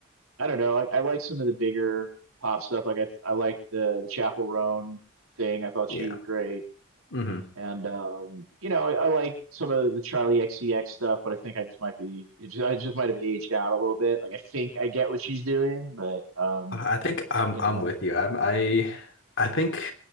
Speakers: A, on the right; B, on the left.
A: I don't know, I, I like some of the bigger pop stuff. Like I I like the the Chapel Roan thing. I thought
B: Yeah.
A: she was great.
B: hmm
A: And um, you know, I, I like some of the Charlie XCX stuff, but I think I just might be, it just, I just might have aged out a little bit. Like I think I get what she's doing, but um,
B: I I think I'm
A: you
B: I'm
A: know,
B: with you. I'm I I think